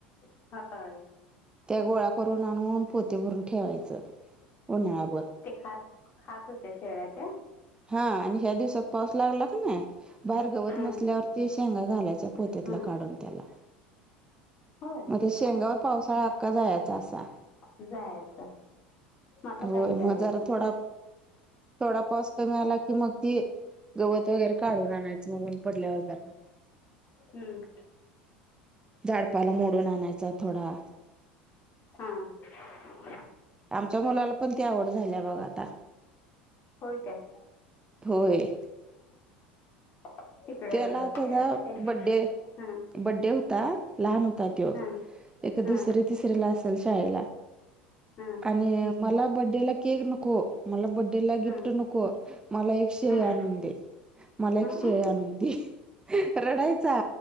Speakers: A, on the left; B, on the right.
A: <unintelligible>
B: त्या गोळा करून आणून पोती भरून ठेवायचं उन्हाळाया भर.
A: ते खात खात होत्या शेळ्या त्या.
B: हा आणि ह्या दिवसात पाऊस लागला का ना बाहेर गवत
A: हम्म
B: नसल्यावरती शेंगा घालायचा. पोत्यातला
A: हम्म
B: काढून त्याला.
A: होय
B: आता शेंगावर पावसाळा आका जायचा असा.
A: जायच मग आता काय
B: होय
A: करायचं.
B: मग जरा थोडा थोडा पाऊस कमी आला की मग ती गवत वगैरे काढून आणायच ऊन पडल्यावर जरा.
A: हम्म
B: झाडपाला मोडून आणायचा थोडा.
A: हा.
B: आमच्या मुलाला पण ती आवड झाल्या बघ आता.
A: होय काय.
B: होय.
A: <inaudible>
B: त्याला त्याला
A: शेळ्या ते
B: बडडे
A: हं
B: बडडे होता लहान होता त्यो.
A: हं
B: ए
A: हं
B: दुसरी तिसरी ला असेल शाळेला.
A: हा.
B: आणि मला बड्डेला केक नको. मला बडडे ला
A: हं
B: गिफ्ट नको मला एक शेळे
A: हं
B: आणून दे मला एक
A: हं
B: शेळे आणून दे. रडायचा.